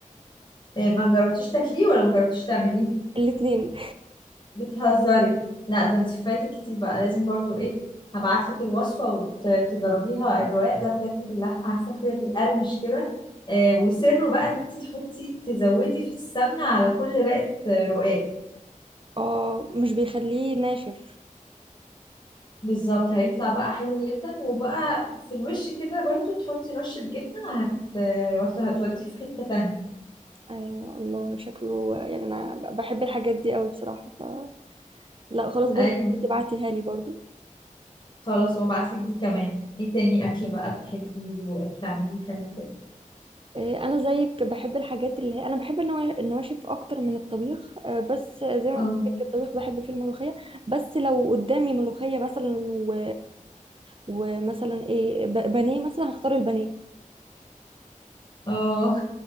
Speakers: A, on the left; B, on the right.
A: إيه، ما جربتيش تاكليه ولا ما جربتيش تعمليه
B: الاتنين
A: بتهزري لا ده انت فايتك كتير بقى لازم برضو ايه هبعتلك الوصفة وتجربيها الرقاق ده بجد باللحمة عارفة كده بيقرمش كده آه، وسره بقى ان انت تحطي تزودي في السمنة على كل رقة آه، رقاق
B: اه مش بيخليه ناشف
A: بالظبط هيطلع بقى حلو جدا وبقى في الوش كده برضو تحطي رشة جبنة هت هت- هتوديه في حتة تانية
B: ايوه الله شكله يعني انا ب- بحب الحاجات دي قوي بصراحة ف لا خلاص برضو
A: ايوه
B: تبعتيها لي برضو
A: خلاص وابعتلك دي كمان ايه تاني اكل بقى بتحبيه وبتعمليه حلو كده
B: آه، انا زيك بحب الحاجات اللي هي انا بحب النوا- النواشف اكتر من الطبيخ آه، بس زي ما
A: اه
B: قلت لك الطبيخ بحب فيه الملوخيه بس لو قدامي ملوخيه مثلا و... ومثلا ايه ب- بانيه مثلا هختار البانيه
A: اه